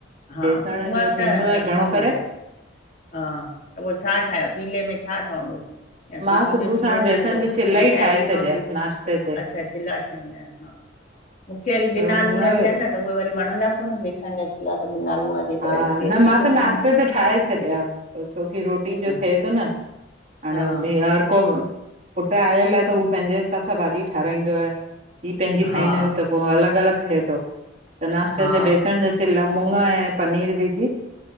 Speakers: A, on the left; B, on the right.
A: हा
B: बेसण
A: सूमरु
B: जो थींदो
A: त
B: आहे
A: रखंदी
B: घणो करे
A: आयां हा त पोइ छा ठायो। पीले में छा ठहंदो? या सूजी
B: मां सुबुह
A: जो सीरो
B: साण बेसण
A: ठहंदो
B: जी चिल्ला
A: या
B: ई
A: तैहरी
B: ठाहे छॾिया
A: ठहंदी
B: नाश्ते ते
A: अच्छा चिला ठाहींदा आयो हा। मुखे वरी
B: थोरो
A: बिना
B: मुङ
A: नूण
B: हा
A: जे आहिनि न त उहे वरी वणंदा कोन बेसण जा चिल्ला त बिना लूण जे
B: हा
A: त वरी टेस्ट
B: न मा
A: ई कोन
B: त नाश्ते
A: ईंदी
B: ते ठाहे छॾिया ओ छो की रोटी जो
A: अच्छा
B: थे थो न हाणे
A: हा
B: भ हर को पुटु आयल आहे त हू पंहिंजे हिसाब सां भाॼी ठाराईंदो आहे। हीअ पंहिंजी खाईंदा
A: हा
B: आहियूं त पो अलॻि अलॻि थिए थो त नाश्ते
A: हा
B: ते बेसण जा चिल्ला मुङ ऐं पनीर विझी